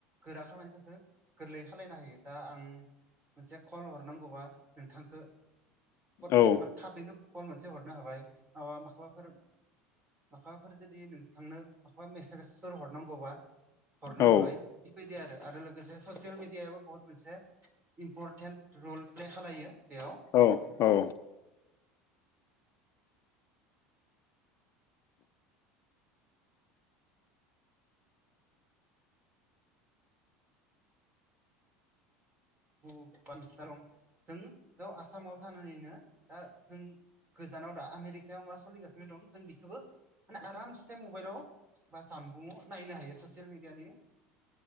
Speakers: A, on the right; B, on the left.
A: गोरा खामानिफोरखो गोरलै खालायनो हायो। दा आं मोनसे कल हरनांगौबा नोंथांखो पट
B: औ
A: केे माने थाबैनो कल मोनसे हरनो हाबाय ओ माखोबाफोर माखोबाफोर जुदि नोंथांनो माखोबा मेसेजफोर हरनांगौबा हरनो
B: औ
A: हाबाय इबायदि आरो लोगोसे ससियेल मिडियाबो बुहुत मोनसे इम्परटेन्ट रल प्ले खालायो बेयाव
B: औ औ
A: दं जों बेयाव आसामाव थानानैनो दा जों गोजानाव दा आमेरिकायाव मा सलिगासिनो दं जों बेखोबो माने आरामसे मबाइलाव बा जाम बुंआव नायनो हायो ससियेल मिडियानि